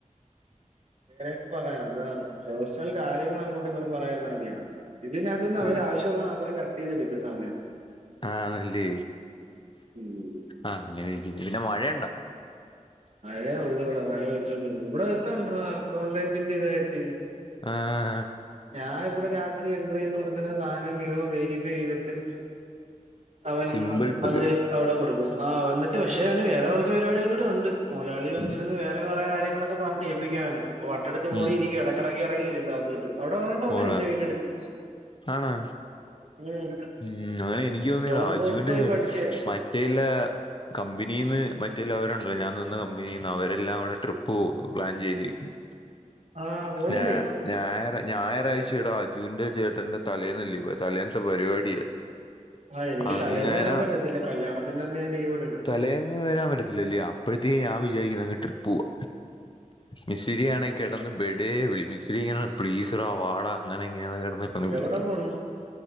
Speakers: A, on the right; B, on the left.
A: പേരൊക്കെ പറയാം അത് പേഴ്സണൽ കാര്യങ്ങൾ അങ്ങോട്ടും ഇങ്ങോട്ടും പറയാതിരുന്നാ മതീന്ന് ഇതിനകത്ത് നിന്ന്
B: ഓ
A: അവര് ആവശ്യമുള്ള മാത്രം കട്ട് ചെയ്തെടുക്കും സമയം
B: ആണല്ലേ
A: ഉം
B: ആഹ് അങ്ങനെ ഇരിക്ക പിന്നെ മഴയുണ്ടോ
A: മഴേ ഉള്ളൂ ഇവിടെ മഴ പടിച്ചോണ്ടിരിക്കുന്നു ഇവിടെ ഇത്ത് ഉണ്ടെടാ അക്കൗണ്ടന്റിന്റെ ഇതായിട്ട്
B: ആഹ്
A: ഞാൻ ഇവിടെ രാത്രി എൻറർ ചെയ്ത് കൊടുക്കുന്ന സാധനം മുഴുവൻ വെരിഫൈ ചെയ്തിട്ട് അവൻ
B: സിമ്പിൾ പരിപാടി
A: അത് അവിടെ കൊടുക്കും ആഹ് വന്നിട്ട് പക്ഷേ പിന്നെ വേറെ കുറച്ച് പരിപാടികളോടെ ഉണ്ട് മുതലാളി വന്നിരന്ന്
B: ഉം,
A: വേ റെ കുറെ കാര്യങ്ങളൊക്കെ പറഞ്ഞു ഏപ്പിക്കും അവനെ വട്ടെടുത്ത് മോളി
B: ഉം.
A: ഇരിക്കും എടക്കിടക്കു ഇറങ്ങി വരും ടാബോയിട്ട് അവിടെ വാണ്ടള്ളേ
B: ഓടാ
A: എന്റെ വീടിന്റെടുത്ത്
B: ആണോ
A: ഉം
B: ഉം അതാ എനിക്ക് തോന്നിയ
A: ഡോൺ
B: അജുവിന്റെ
A: ബോസ്കോയി
B: ചേട്ട
A: പഠിച്ചേ
B: മറ്റേല്ല കമ്പനിയിൽന്ന് മറ്റേല്ല അവരുണ്ടല്ലോ ഞാൻ നിന്ന ക കമ്പനീന്നു അവരെല്ലാം കൂടെ ട്രിപ്പ് പോവുന്നു പ്ലാൻ ചെയ്തിരിക്കുന്നു
A: ആ പോണില്ലേ
B: ഞാ ഞായ ഞായറാഴ് ചെടാ അജുന്റെ ചേട്ടന്റെ തലേന്നല്ലെ പോയെ തലേന്നത്തെ പരിപാടി
A: ആ എനിക്ക്
B: അങ്ങനെ
A: തലേന്ന് വരാൻ പറ്റത്തില്ല കല്യാണത്തിന്റെ അന്ന് ഞാൻ ലീവ് എടുക്കാം
B: തലേന്ന് വരാൻ പറ്റത്തില്ലല്ല്യേ അപ്പഴത്തേന് ഞാൻ വിചാരിക്കുന്നു ട്രിപ്പ് പോവാ മിസ്രിയാണെ കെടന്ന് ബെഡേ വിളി മിസ്ലിങ്ങാ പ്ലീസെടാ വാടാ അങ്ങനെ ഇങ്ങനെയ കിടന്ന് കെന്ന് വിളിക്കും
A: എവിടെ പോണ്